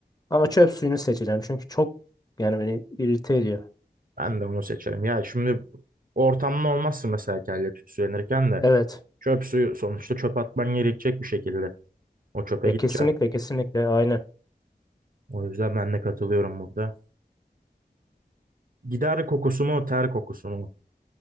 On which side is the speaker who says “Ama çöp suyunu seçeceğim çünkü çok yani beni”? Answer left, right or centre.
Left